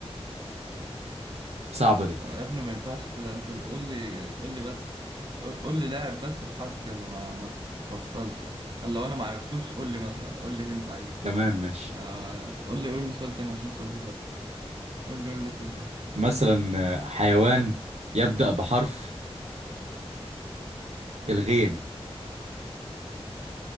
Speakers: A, on the right (about 85°); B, on the right (about 45°).
A: صعبة دي
B: آه يا ابني ما ينفعش كده انت قول لي قول لي بس قول قول لي لاعب بس بحرف كذا ما ما تفصلش يعني قال لو انا ما عرفتوش قول لي مثلا قول لي هنت عليه
A: تمام ماشي
B: آه قول لي قول لي سؤال تاني عشان السؤال ده صعب قول لي قول لي سؤال تاني
A: مثلا آه، حيوان يبدأ بحرف الغين